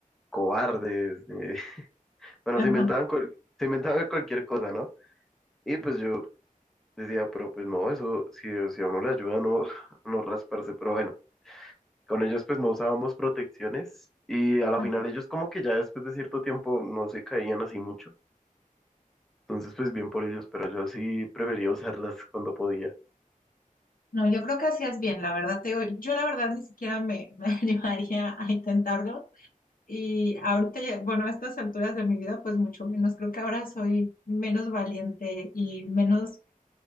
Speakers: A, in the centre; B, on the left.
A: cobardes, de... <laughs> bueno,
B: Ajá.
A: se inventaban, cual- se inventaban cualquier cosa, ¿no? Y pues yo Decía, pero pues no, eso, si, si a uno le ayuda a no, <laughs> no rasparse, pero bueno, con ellos pues no usábamos protecciones y a la
B: ah,
A: final ellos como que ya después de cierto tiempo no se caían así mucho, entonces pues bien por ellos, pero yo sí prefería usarlas cuando podía.
B: No, yo creo que hacías bien, la verdad te digo, yo la verdad ni siquiera me, <laughs> me animaría a intentarlo. Y ahorita, ya- bueno, a estas alturas de mi vida, pues mucho menos, creo que ahora soy menos valiente y menos